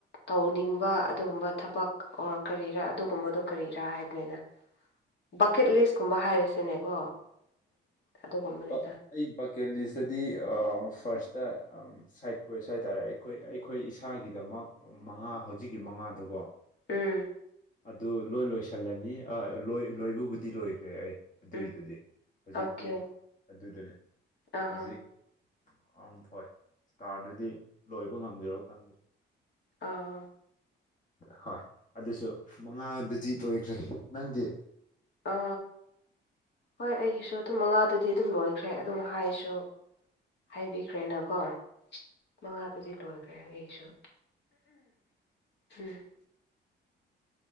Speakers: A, on the left; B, on the left.
A: ꯇꯧꯅꯤꯡꯕ ꯑꯗꯨꯒꯨꯝꯕ ꯊꯕꯛ ꯑꯣꯔ ꯀꯔꯤꯔꯥ ꯑꯗꯨꯒꯨꯝꯕꯗꯣ ꯀꯔꯤꯔꯥ ꯍꯥꯏꯕꯅꯤꯗ ꯕꯛꯀꯦꯠ ꯂꯤꯁꯀꯨꯝꯕ ꯍꯥꯏꯔꯁꯤꯅꯦꯀꯣ ꯑꯗꯨꯒꯨꯝꯕꯅꯦꯗ
B: ꯕ- ꯑꯩ ꯕꯀꯦꯜꯂꯤꯁꯗꯗꯤ ꯐꯥꯔꯁꯇ ꯁꯥꯏꯠ ꯀꯣꯏꯁ ꯍꯥꯏꯇꯥꯔꯦ ꯑꯩ ꯑꯩꯈꯣꯏ ꯑꯩꯈꯣꯏ ꯏꯁꯥꯒꯤꯗꯃꯛ ꯃꯉꯥ ꯍꯧꯖꯤꯛꯀꯤ ꯃꯉꯥꯗꯨꯀꯣ
A: ꯎꯝ
B: ꯑꯗꯨ ꯂꯣꯏ ꯂꯣꯏꯁꯤꯜꯂꯅꯤ ꯑ ꯂꯣꯏ ꯂꯣꯏꯕꯨꯕꯨꯗꯤ ꯂꯣꯏꯈ꯭ꯔꯦ ꯑꯩ ꯑꯗꯨꯏꯗꯨꯗꯤ
A: ꯎꯝ
B: ꯍꯧꯖꯤꯛꯇꯤ
A: ꯑꯣꯀꯦ
B: ꯑꯗꯨꯗꯨꯅꯤ
A: ꯑꯍꯥ
B: ꯍꯧꯖꯤꯛ ꯑꯝ ꯍꯣꯏ ꯏꯁꯇꯥꯔꯗꯨꯗꯤ ꯂꯣꯏꯕ ꯉꯝꯒꯦꯔꯣ ꯈꯪꯗꯦ
A: ꯑꯥ
B: ꯍꯣꯏ ꯑꯗꯨꯁꯨ ꯃꯉꯥꯗꯨꯗꯤ ꯂꯣꯏꯈ꯭ꯔꯦ ꯅꯪꯗꯤ
A: ꯥ ꯍꯣꯏ ꯑꯩꯒꯤꯁꯨ ꯑꯗꯨꯝ ꯃꯉꯥꯗꯨꯗꯤ ꯑꯗꯨꯝ ꯂꯣꯏꯈ꯭ꯔꯦ ꯑꯗꯨꯝ ꯍꯥꯏꯁꯨ ꯍꯥꯏꯕꯤꯈ꯭ꯔꯦꯅꯀꯣ ꯃꯉꯥꯗꯨꯗꯤ ꯂꯣꯏꯈ꯭ꯔꯦ ꯑꯩꯁꯨ <unintelligible>